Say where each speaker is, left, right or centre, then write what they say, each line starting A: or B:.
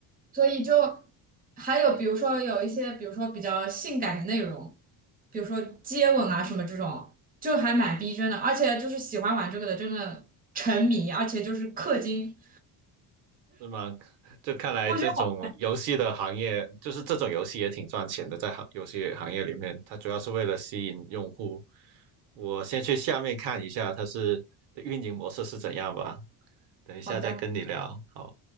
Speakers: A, on the right; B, on the right.
A: 所以就还有比如说有一些，比如说比较性感的内容，比如说接吻啊什么这种，就还蛮逼真的。而且就是喜欢玩这个的，真的沉迷，而且就是氪金，
B: 是吗？就看来这种游戏的行业，
A: 我觉得好
B: 就是这种游戏也挺赚钱的，在行游戏行业里面，它主要是为了吸引用户。我先去下面看一下它是的运营模式是怎样吧，等一下再跟你聊。
A: 好单。
B: 好。